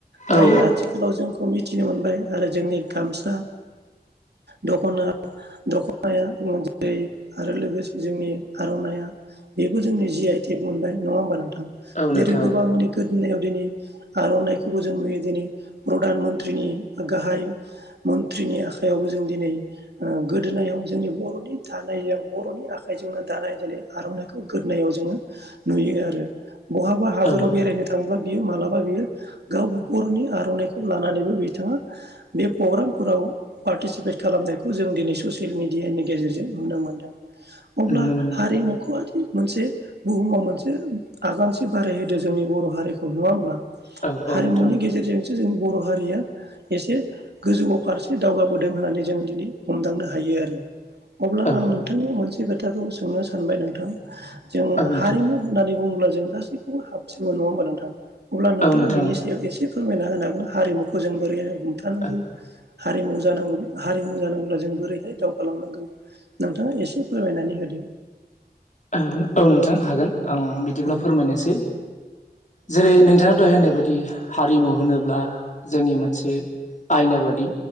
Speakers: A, on the left (about 45°); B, on the right (about 80°).
A: औ
B: दायो आथिखालाव जोंखौ मिथिनो मोनबाय आरो जोंनि गामसा दखना। दख'नाया जेरै आरो लोगोसे जोंनि आर'नाया। बेबो जोंनि जि आइटेक मोनबाय नङा होमबा नोंथां
A: औ नोंथां औ
B: जेरै
A: नोंथां
B: गोबांनि <unintelligible> नायाव दिनै आर'नाइखौ। खौबो जों नुयो दिनै प्रधान मन्त्रिनि बा गाहाय मन्त्रिनि आखायावबो जों दिनै। ओ गोदोनायाव जोंनि बर'नि दानायजों बर'नि आखाइजोंनो दानाय दिनै आर'नाइखौ गो। होननायाव जोङो नुयो आरो बहाबा हादराव
A: औ नोंथां
B: बेरायनो थांब्ला बियो मालाबा बियो गाव बर'नि आर'नाइखौ लानानैबो बिथाङा बे प्रग्रामफोराव पार्टिसिपेट खालाम। जायखौ जों दिनै ससियेल मिडियानि गेजेरजों नुनो मोनदों अब्ला
A: नुनो मोनो नोंथां
B: हारिमुखौ मोनसे बुहुमाव मोनसे आगानसे बारायहोदो जोंनि बर' हारिखौ नङा होमब्ला?
A: औ
B: हारिमुनि
A: औ नोंथां
B: गेजेरजों जों जोंनि बर' हारिया एसे गोजौ फारसे दावगाबोदों होननानै जोङो दिनै हमदांनो हायो। <inaudible> अब्ला
A: औ
B: आं नोंथांनि मोनसे खोथाखौ सोंनो सानबाय नोंथां जों
A: औ नोंथां
B: हारिमु होननानै। बुंब्ला जों गासैखौबो हाबसिगौ नङा होनबा नोंथां अब्ला नोंथाङा
A: औ नोंथां
B: बेनि एसे फोरमायना होनो हागोन हारिमुखौ जों बोरैहाय हमथानो
A: औ
B: हायो। हारिमु जानांगौ हारिमु जानांगौब्ला जों बोरैहाय दावगालांनांगौ। नोंथाङा एसे फोरमायनानै होदो।
A: औ औ नोंथां हागोन। आं बिदिब्ला
B: औ
A: फोरमायनोसै जेरै नोंथाङा दहाय होनाय बायदि इ हारिमु होनोब्ला जोंनि मोनसे आयना बादि।